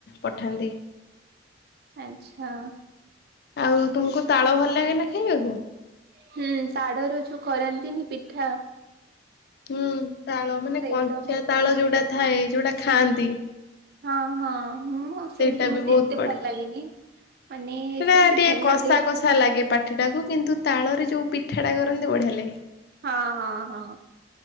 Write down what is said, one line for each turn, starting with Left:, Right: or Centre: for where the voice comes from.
Left: ପଠାନ୍ତି।
Right: ଆଚ୍ଛା।
Left: ଆଉ ତୁମକୁ ତାଳ ଭଲ ଲାଗେ ନା ଖାଇବାକୁ?
Right: ହୁଁ ତାଡର ଜୋଉ କରାନ୍ତିନି ପିଠା
Left: ହୁଁ ତାଳ ମାନେ
Right: ସେଇଟା
Left: କଞ୍ଚା
Right: ବହୁତ ଭଲ
Left: ତାଳ
Right: ଲାଗେ।
Left: ଯୋଉଟା ଥାଏ ଯୋଉଟା ଖାଆନ୍ତି।
Right: ହଁ ହଁ। ମୁଁ ସେମିତି
Left: ସେଇଟା ବି
Right: ମତେ
Left: ବହୁତ
Right: ଏତେ
Left: ବଢିଆ
Right: ଭଲ ଲାଗେନି ମାନେ
Left: ସେଟା
Right: ସେମିତି
Left: ଟିକେ
Right: ଭଲ
Left: କଷା
Right: ଲାଗେ
Left: କଷା ଲାଗେ ପାଟିଟାକୁ କିନ୍ତୁ ତାଳରେ ଯେଉଁ ପିଠାଟା କରନ୍ତି ବଢ଼ିଆ ଲାଗେ
Right: ହଁ ହଁ ହଁ